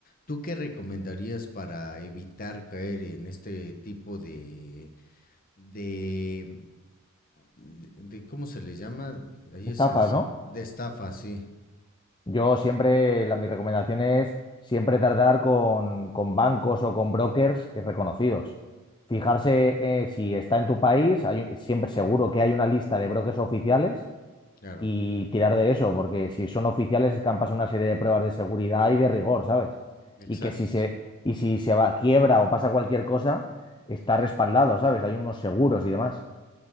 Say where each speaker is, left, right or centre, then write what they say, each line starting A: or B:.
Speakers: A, on the left (about 40°); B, on the left (about 20°).
A: ¿tú qué recomendarías para evitar caer en este tipo de, de, de, de- ¿cómo se le llama? Ahí
B: Estafas,
A: es, ese-
B: ¿no?
A: de estafa, sí.
B: Yo siempre, la- mi recomendación es siempre tardar con, con bancos o con brokers y reconocidos. Fijarse eh, si está en tu país, hay, siempre seguro que hay una lista de brokers oficiales
A: Claro,
B: y tirar de eso, porque si son oficiales es que han pasado una serie de pruebas de seguridad y de rigor, ¿sabes?
A: exacto,
B: Y que si se,
A: sí.
B: y si se va, quiebra o pasa cualquier cosa, está respaldado, ¿sabes? Hay unos seguros y demás.